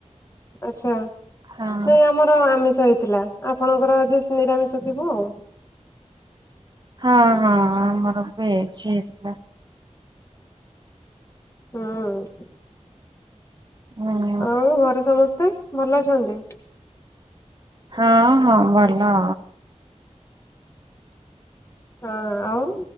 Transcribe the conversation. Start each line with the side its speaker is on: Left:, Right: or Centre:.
Left: ଆଛା ନାଇଁ
Right: ହଁ
Left: ଆମର ଆମିଷ ହେଇଥିଲା। ଆପଣଙ୍କର ଆଜି ନିରାମିଷ ଥିବ ଆଉ।
Right: ହଁ, ହଁ, ହଁ ଆମର ଭେଜ୍ ହେଇଥିଲା।
Left: ହୁଁ।
Right: ଉଁ।
Left: ଆଉ ଘରେ ସମସ୍ତେ ଭଲ ଅଛନ୍ତି?
Right: ହଁ, ହଁ ଭଲ।
Left: ହଁ ଆଉ